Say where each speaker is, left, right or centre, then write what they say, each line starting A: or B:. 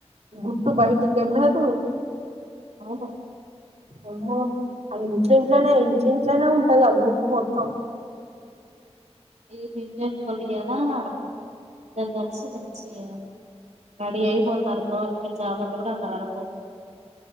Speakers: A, on the right; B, on the right.
A: గుట్టు బయటికి వెళ్ళదు.
B: ఆవును
A: ఆమ్మో వాళ్ళ ఇంటింట్లోనే ఇంటింట్లోనే ఉంటదాగా గుట్టు మొత్తం
B: ఇంటినాకళ్ళు ఇయ్యాలా ఇద్దరు కలిసి మంచిగా రెడీ అయిపోతారు. గవర్నమెంట్ జాబర్లు కూడా అంతగానం పోరు